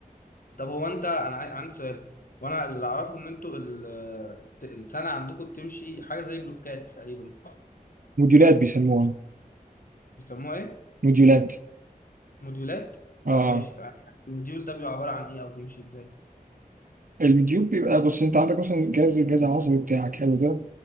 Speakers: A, on the left; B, on the right.
A: طب هو انت انا عاي- عندي سؤال وانا اللي اعرفه ان انتوا ال- ت- السنه عندكم بتمشي حاجه زي بلوكات تقريبا
B: موديولات بيسموها
A: بيسموها ايه
B: موديولات
A: موديولات
B: آه،
A: اه ماشي بقى. الموديول ده بيبقى عباره عن ايه او بيمشي ازاي
B: اليوتيوب بيبقى بص انت عندك مثلا الجهاز الجهاز العصبي بتاعك حلو كده